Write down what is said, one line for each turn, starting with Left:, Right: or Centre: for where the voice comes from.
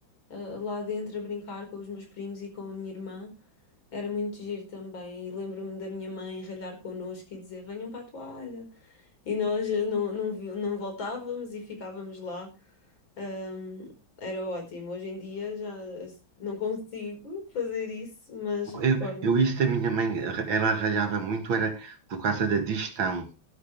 Left: ah, lá dentro a brincar com os meus primos e com a minha irmã. Era muito giro também. E lembro-me da minha mãe ralhar connosco e dizer: venham para a toalha. E nós eh, não, não, vi- não voltávamos e ficávamos lá. Ahm, era ótimo. Hoje em dia já eh, não consigo fazer isso, mas recordo.
Right: eu, eu isso da minha mãe, ela ralhava muito, era por causa da digestão,